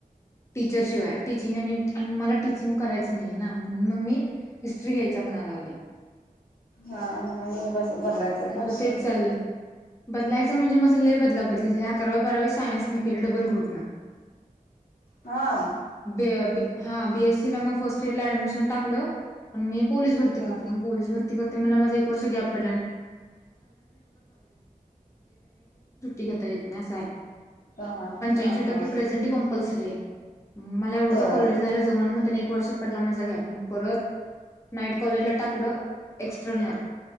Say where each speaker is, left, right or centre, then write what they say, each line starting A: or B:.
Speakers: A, on the left; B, on the left.
A: टीचर शिवाय. टीचिंग आणि आणि मला टीचिंग करायचं नाहीये ना म्हणून मग मी हिस्ट्री घ्यायचा म्हणा लागल्या.
B: हां नाही म असं बदलायचंय
A: मग
B: का विषय?
A: आता तेच चाललंय. बदलायचं म्हणजे माझं लई बदला बदली झालंय अकरावी बारावी सायन्स न के डबल ग्रुप नं.
B: हां.
A: बी हा बीएस सी ला म फर्स्ट इयर ला ऍडमिशन टाकलं पण मी पोलीस भरती
B: हा
A: करते मग पोलीस भरती करते मला माझं एक वर्ष गॅप क घता येत नाही
B: हा
A: पंच्याशी
B: हा हा
A: टक्के प्रेझेंट कंपल्सरी आहे ला एवढं
B: होय
A: कॉलेजलायला जमा म्हणत एक वर्ष पडला माझा गॅप मग परत नाईट कॉलेजला टाकलं एक्स्ट्ररनल.